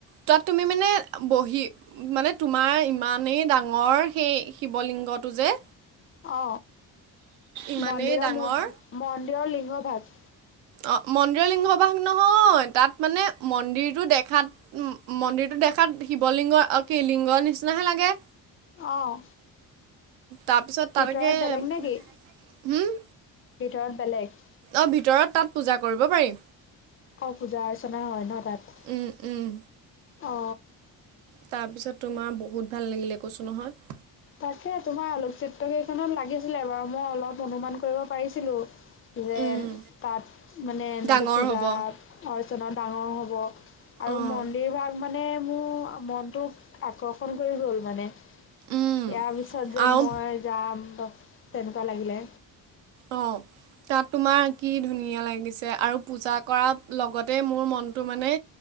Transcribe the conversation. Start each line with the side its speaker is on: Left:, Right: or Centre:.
Right: তাত তুমি মানে বহি মানে তোমাৰ ইমানেই ডাঙৰ। সেই শিৱলিংগটো যে।
Left: অ
Right: ইমানেই
Left: মন্দিৰৰ
Right: ডাঙৰ
Left: <unintelligible> মন্দিৰৰ লিংগ ভাগ।
Right: অ মন্দিৰৰ লিংগ ভাগ নহয় তাত মানে মন্দিৰটো দেখাত। মন্দিৰটো দেখাত শিৱ লিংগ কি লিংগৰ নিচিনাহে লাগে।
Left: অ',
Right: তাৰপিছত
Left: ভিতৰত
Right: <unintelligible>
Left: বেলেগ নেকি?
Right: হম।
Left: ভিতৰত বেলেগ।
Right: অ ভিতৰত তাত পূজা কৰিব পাৰি।
Left: অ পূজা অৰ্চনা হয় নহ তাত।
Right: উম উম।
Left: অ।
Right: তাৰপিছত তোমাৰ বহুত ভাল লাগিলে কৈছোঁ নহয়।
Left: তাকে তোমাৰ আলোকচিত্ৰ কেইখনত লাগিছিলে বাৰু মই অলপ অনুমান কৰিব পাৰিছিলো। যে
Right: উম
Left: তাত মানে এনেকৈ
Right: ডাঙৰ
Left: পূজা
Right: হ'ব
Left: অৰ্চনা ডাঙৰ হ'ব। আৰু
Right: অঁ
Left: মন্দিৰভাগ মানে মোৰ মনটো আকৰ্ষণ কৰি গ'ল মানে।
Right: উম
Left: ইয়াৰ পিছত যেন
Right: আৰু
Left: মই যাম তেনেকুৱা লাগিলে।
Right: অ। তাত তোমাৰ কি ধুনীয়া লাগিছে আৰু পূজা কৰাৰ লগতে মোৰ মনটো মানে।